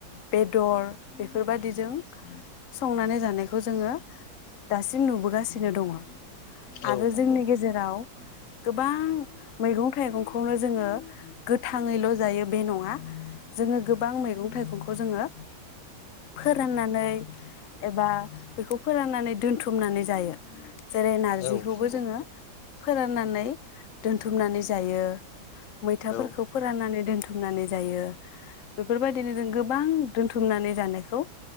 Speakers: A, on the left; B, on the left.
A: बेदर बेफोरबादिजों संनानै जानायखौ जोङो दासिम नुबोगासिनो सिनो दङ आरो
B: औ नंगौ
A: जोंनि
B: नंगौ
A: गेजेराव गोबां मैगं थाइगंखौनो जोङो गोथाङैल' जायो बे नङा जोङो गोबां मैगं थाइगंखौ जोङो फोराननानै एबा बेखौ फोराननानै दोनथुमनानै जायो जेरै नारजिखौबो
B: औ नंगौ
A: जोङो फोराननानै दोनथुमनानै जायो मैथाफोरखौ
B: औ
A: फोराननानै दोनथुमनानै जायो बेफोरबायदिनो जों गोबां बुथुमनानै जानायखौ